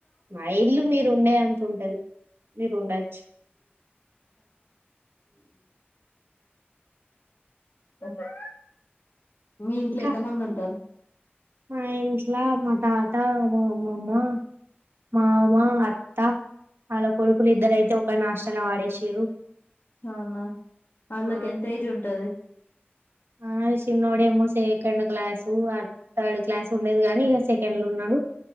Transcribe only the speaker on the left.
అే మీ ఇంట్లో
ఎంత మంది ఉంటారు
అవునా వాళ్ళకి
ఎంత ఏజ్ ఉంటది